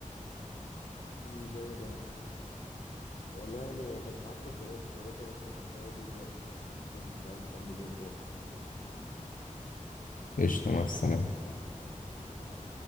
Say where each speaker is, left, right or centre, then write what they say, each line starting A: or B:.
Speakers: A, on the left; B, on the left.
A: امم جامد أوي والله يعني هي كانت محادثة شيقة بس أنا مضطر أطير دلوقتي يعني فممكن بقى نكمل يوم تاني
B: قشطة مع السلامة
A: سلام